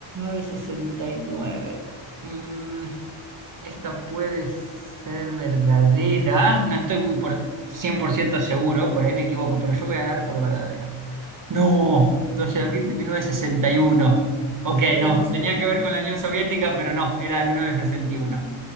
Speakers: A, on the right; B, in the centre.
A: 1969. Mm, esta puede ser verdadera. No estoy muy por 100% seguro, por ahí me equivoco, pero yo voy a dar por verdadero No, doce de abril de mil novecientos sesenta
B: Bueno,
A: y uno Ok, no,
B: ya me siento,
A: tenía que ver con la Unión Soviética, pero no, era de 1961.